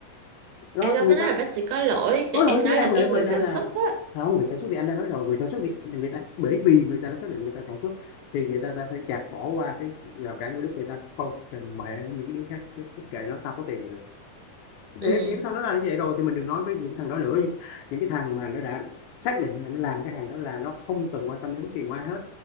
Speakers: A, on the left; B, on the right.
A: đó
B: em đâu
A: người
B: có nói
A: ta
B: là bác sĩ có lỗi
A: có lỗi
B: em nói
A: chứ em
B: là
A: lại
B: cái
A: mời
B: người
A: nó
B: sản
A: là
B: xuất á
A: không người sản xuất thì anh đã nói rồi người sản xuất thì người ta bởi vì người ta đã xác định người ta sản xuất thì người ta, ta phải gạt bỏ qua cái rào cản đạo đức người ta coi kệ mẹ những cái đứa khác chết, chết kệ nó tao có tiền là được thế
B: ừ
A: thì cái thằng đó làm như vậy rồi thì mình đừng nói với những cái thằng đó nữa những cái thằng mà nó đã xác định là nó làm cái hàng đó là nó không cần quan tâm đến bất kỳ một ai hết